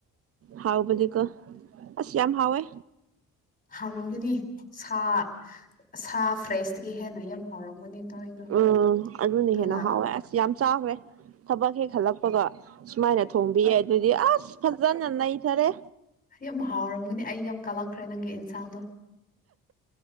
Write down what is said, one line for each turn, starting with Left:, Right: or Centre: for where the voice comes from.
Right: ꯍꯥꯎꯕ ꯅꯤꯀꯣ ꯑꯁ ꯌꯥꯝ ꯍꯥꯎꯋꯤ
Left: ꯍꯥꯎꯔꯝꯒꯅꯤ ꯁꯥ ꯁꯥ ꯐ꯭ꯔꯦꯁꯇꯒꯤ ꯍꯦꯟꯅ ꯌꯥꯝ ꯍꯥꯎꯔꯝꯒꯅꯤ ꯅꯣꯏꯗꯣ
Right: ꯎꯝ ꯑꯗꯨꯅ
Left: ꯑꯗꯨꯒ
Right: ꯍꯦꯟꯅ ꯍꯥꯎꯋꯦ ꯑꯁ ꯌꯥꯝ ꯆꯥꯈ꯭ꯔꯦ ꯊꯕꯛ ꯍꯦꯛ ꯍꯠꯂꯛꯄꯒ ꯁꯨꯃꯥꯏꯅ ꯊꯣꯡꯕꯤꯌꯦꯗꯤ ꯑꯁ ꯐꯖꯅ ꯅꯩꯊꯔꯦ
Left: ꯌꯥꯝ ꯍꯥꯎꯔꯝꯒꯅꯤ ꯑꯩ ꯌꯥꯝ ꯀꯥꯜꯂꯛꯈ꯭ꯔꯦ ꯅꯪꯒꯤ ꯏꯟꯁꯥꯡꯗꯣ